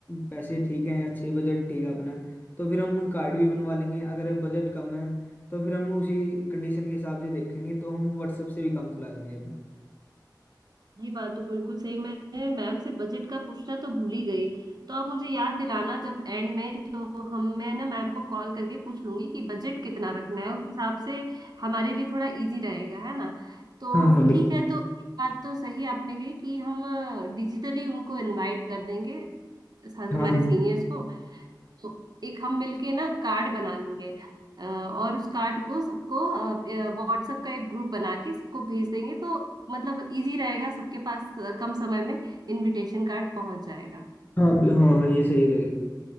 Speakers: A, on the left (about 25°); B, on the right (about 60°).
A: पैसे ठीक हैं अच्छे बजट ठीक है अपना तो फिर हम कार्ड भी बनवा लेंगे अगर बजट कम है तो फिर हम उसी कंडीशन के हिसाब से देखेंगे तो हम व्हाट्सएप से भी काम चला लेंगे अपना
B: ये बात तो बिल्कुल सही मैं मैम से बजट का पूछना तो भूल ही गई तो आप मुझे याद दिलाना जब एंड में तो हम मैं ना मैम को कॉल करके पूछ लूंगी कि बजट कितना रखना है उस हिसाब से हमारे लिए थोड़ा इजी रहेगा है ना तो
A: हाँ हाँ बिल्कुल
B: ठीक है तो ये बात तो सही आपने कही कि हम डिजिटली उनको इनवाइट कर देंगे साथ
A: हाँ
B: हमारे
A: हाँ
B: सीनियर्स को तो एक हम मिलके ना कार्ड बना लेंगे अ, और उस कार्ड को सबको व्हाट्सएप का एक ग्रुप बना के सबको भेज देंगे तो मतलब इजी रहेगा सबके पास अ, कम समय में इनविटेशन कार्ड पहुंच जाएगा
A: हाँ हाँ हाँ, ये सही रहेगा